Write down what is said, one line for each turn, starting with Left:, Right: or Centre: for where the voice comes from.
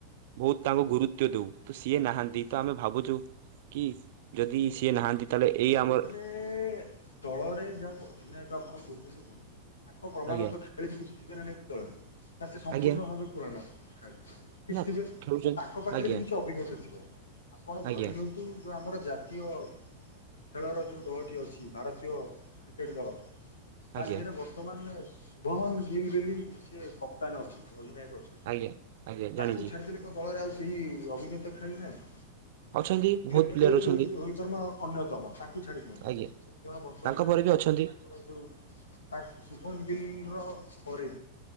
Right: ବହୁତ ତାଙ୍କୁ ଗୁରୁତ୍ଵ ଦଉ ତ ସିଏ ନାହାନ୍ତି ତ ଆମେ ଭାବୁଛୁ କି ଯଦି ସିଏ ନାହାନ୍ତି ତାହେଲେ ଏଇ ଆମର
Left: ଏ-ଏ-ଏ-ଏ ଦଳରେ ଯାହାକୁ ଅଧିନାୟକ ଆପଣ କହୁଛନ୍ତି ବନଉଛନ୍ତି ତାଙ୍କ କ୍ରମାଗତ
Right: ଆଜ୍ଞା
Left: ଖେ ହେଲେ କିଛି ଠିକ୍ ଠିକଣା ନାଇଁ <inaudible> ନା ସେ ସମ୍ପୂର୍ଣ
Right: ଆଜ୍ଞା
Left: ଭାବେ ପୁରଣ ଖେଳାଳି? କିଛି
Right: ନା
Left: ଥିବେ,
Right: ଖେଳୁଛନ୍ତି
Left: ତାଙ୍କ ପାଖରେ
Right: ଆଜ୍ଞା
Left: ବି କିଛି ଅଭିଜ୍ଞତା ଥିବ ଆପଣ
Right: ଆଜ୍ଞା
Left: ଧରି ନିଅନ୍ତୁ ତୁ ଯୋଉ ଆମର ଜାତୀୟ ଖେଳର ଯୋଉ ଦଳଟି ଅଛି, ଭାରତୀୟ କ୍ରିକେଟ୍ ଦଳ ତା
Right: ଆଜ୍ଞା
Left: ଧିଏରେ ବହୁ <unintelligible> ଶୁଭମ୍ ଗିଲ୍ ବୋଲି ସେ କପ୍ତାନ ଅଛନ୍ତି ଅଧିନାୟକ ଅଛ୍
Right: ଆଜ୍ଞା ଆଜ୍ଞା
Left: ତାଙ୍କୁ
Right: ଜାଣିଛି।
Left: ଛାଡିଦେଲେ କଣ ଦଳରେ ଆଉ କେହି ଅଭିଜ୍ଞତା ଖେଳାଳି ନାହାନ୍ତି?
Right: ଅଛନ୍ତି
Left: ବିରାଟ
Right: ବହୁତ ପ୍ଲେୟର
Left: କୋହଲି,
Right: ଅଛନ୍ତି
Left: ରୋହି ରୋହିତ ଶର୍ମା। ଅନ୍ୟତମ, ତାଙ୍କୁ ଛାଡ଼ିଦିଅନ୍ତୁ,
Right: ଆଜ୍ଞା
Left: ସେ ଦିଜଣ ବର୍ତ୍ତମାନେ
Right: ତାଙ୍କ ପରେ ବି ଅଛନ୍ତି
Left: ତାଙ୍କର ଯୋଉ ତା ଶୁଭମ୍ ଗିଲ୍ ର ପରେ